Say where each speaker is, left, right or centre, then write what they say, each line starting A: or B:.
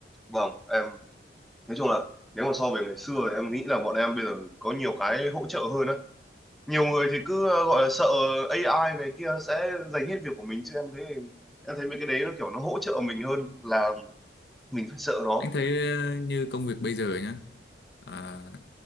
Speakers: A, in the centre; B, on the left.
A: vâng em nói chung là nếu mà so về ngày xưa thì em nghĩ là bọn em bây giờ có nhiều cái hỗ trợ hơn á nhiều người thì cứ ờ, gọi là sợ AI này kia sẽ giành hết việc của mình chứ em thấy em thấy mấy cái đấy nó kiểu nó hỗ trợ mình hơn là mình phải sợ nó
B: Anh thấy ờ, như công việc bây giờ nhá. À,